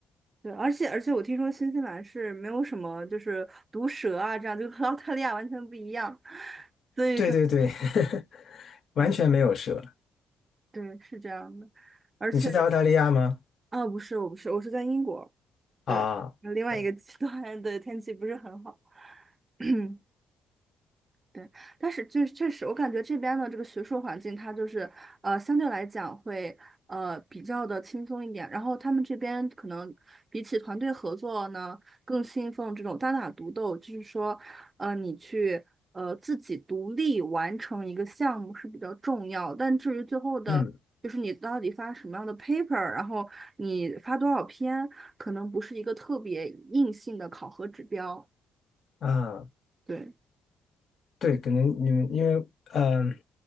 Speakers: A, on the right; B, on the left.
A: 对，而且而且我听说新西兰是没有什么就是毒蛇啊，这样就和 <laughs> 澳大利亚完全不一样，所以说，
B: 对对对，<laughs> 完全没有蛇。
A: 嗯，对，是这样的。而且
B: 你是在澳大利亚吗？
A: 啊，不是，我不是，我是在英国，对，
B: 啊，
A: 另外一个极端的天气不是很好。
B: 对，
A: <clears throat> 对，但是就确实，我感觉这边的这个学术环境，它就是呃，相对来讲会呃比较的轻松一点。然后他们这边可能比起团队合作呢，更信奉这种单打独斗，就是说，呃，你去呃自己独立完成一个项目是比较重要。但至于最后的，
B: 嗯
A: 就是你到底发什么样的 paper，然后你发多少篇，可能不是一个特别硬性的考核指标。
B: 啊。
A: 对，
B: 对，可能你们因为嗯、呃